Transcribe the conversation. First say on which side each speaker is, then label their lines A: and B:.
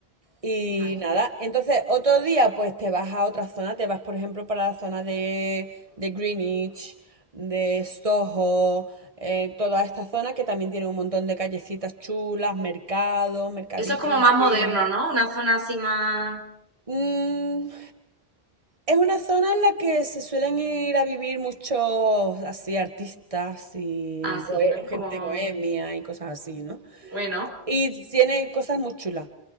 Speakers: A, on the right; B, on the right.
A: Y
B: Vale.
A: nada, entonces otro día pues te vas a otra zona, te vas por ejemplo para la zona de, de Greenwich, de Soho, eh, toda esta zona que también tiene un montón de callecitas chulas, mercados, mercadillos
B: Eso es como
A: y
B: más
A: así.
B: moderno, ¿no? Una zona así más...
A: Mm, es una zona en la que se suelen ir a vivir muchos así artistas y
B: Así,
A: bohe-
B: ¿no? Como...
A: gente bohemia y cosas así, ¿no?
B: Bueno,
A: Y tiene cosas muy chulas.